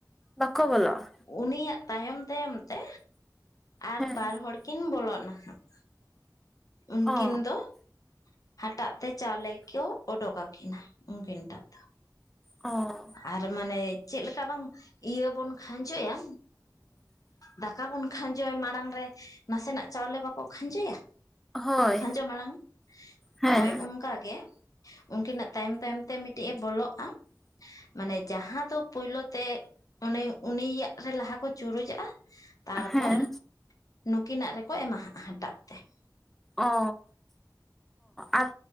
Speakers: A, in the centre; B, on the left (about 55°).
A: ᱵᱟᱠᱚ ᱵᱚᱞᱚᱜᱼᱟ
B: ᱩᱱᱤᱭᱟᱜ ᱛᱟᱭᱚᱢ ᱛᱟᱭᱚᱢ ᱛᱮ ᱟᱨ
A: ᱦᱮᱸ
B: ᱵᱟᱨ ᱦᱚᱲ ᱠᱤᱱ ᱵᱚᱞᱚᱱᱟ ᱦᱟᱸᱜ ᱾ ᱩᱱᱠᱤᱱ
A: ᱚ
B: ᱫᱚ ᱼᱼ ᱦᱟᱴᱟᱜ ᱛᱮ ᱪᱟᱣᱞᱮ ᱠᱚ ᱚᱰᱚᱠ ᱟᱹᱠᱤᱱᱟ ᱩᱱᱠᱤᱱ ᱴᱟᱜ ᱫᱚ ᱾
A: ᱚᱻ
B: ᱟᱨ ᱢᱟᱱᱮ ᱪᱮᱫ ᱞᱮᱠᱟ ᱵᱟᱝ ᱼᱼ ᱤᱭᱟᱹ ᱵᱚᱱ ᱠᱷᱟᱸᱡᱚᱭᱟ ᱫᱟᱠᱟ ᱵᱚᱱ ᱠᱷᱟᱸᱡᱚᱭᱟ ᱢᱟᱲᱟᱝ ᱨᱮ ᱼᱼ ᱱᱟᱥᱮᱱᱟᱜ ᱪᱟᱣᱞᱮ ᱵᱟᱠᱚ ᱠᱷᱟᱸᱡᱚᱭᱟ?
A: ᱦᱳᱭ
B: ᱠᱷᱟᱸᱡᱚ ᱢᱟᱲᱟᱝ
A: ᱦᱮᱸ
B: ᱦᱳᱭ ᱚᱱᱠᱟ ᱜᱮ ᱼᱼ ᱩᱱᱠᱤᱱᱟᱜ ᱛᱟᱭᱚᱢ ᱛᱟᱭᱚᱢ ᱛᱮ ᱢᱤᱫᱴᱤᱡ ᱮ ᱵᱚᱞᱚᱜᱼᱟ ᱾ ᱢᱟᱱᱮ ᱡᱟᱦᱟᱸ ᱫᱚ ᱯᱳᱭᱞᱳ ᱛᱮ ᱚᱱᱮ ᱩᱱᱤᱭᱟᱜ ᱨᱮ ᱞᱟᱦᱟ ᱠᱚ ᱪᱩᱨᱩᱡᱟᱜᱼᱟ ᱾ ᱛᱟᱨᱯᱚᱨ
A: ᱦᱮᱸ
B: ᱱᱩᱠᱤᱱᱟᱜ ᱨᱮᱠᱚ ᱮᱢᱟ ᱦᱟᱜᱼᱟ ᱦᱟᱴᱟᱜ ᱛᱮ ᱾
A: ᱚ ᱟᱨ